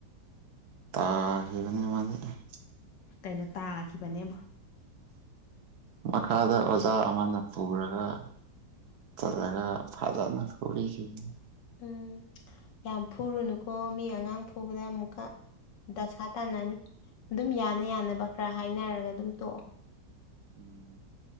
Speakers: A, on the right (about 65°); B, on the left (about 80°).
A: <unintelligible>
B: ꯀꯩꯅꯣ ꯇꯥꯈꯤꯕꯅꯦꯕꯣ
A: ꯃꯈꯥꯗ ꯑꯣꯖꯥ ꯑꯃꯅ ꯄꯨꯔꯒ <unintelligible>
B: ꯎꯝ ꯌꯥꯝ ꯐꯨꯔꯨꯅꯨꯀꯣ ꯃꯤ ꯑꯉꯥꯡ ꯐꯨꯕꯗ ꯑꯃꯨꯛꯀ ꯗꯁꯥ ꯇꯥꯅꯅꯤ ꯑꯗꯨꯝ ꯌꯥꯅ ꯌꯥꯅꯕ ꯈꯔ ꯍꯥꯏꯅꯔꯒ ꯑꯗꯨꯝ ꯇꯣꯛꯑꯣ
A: ꯎꯝ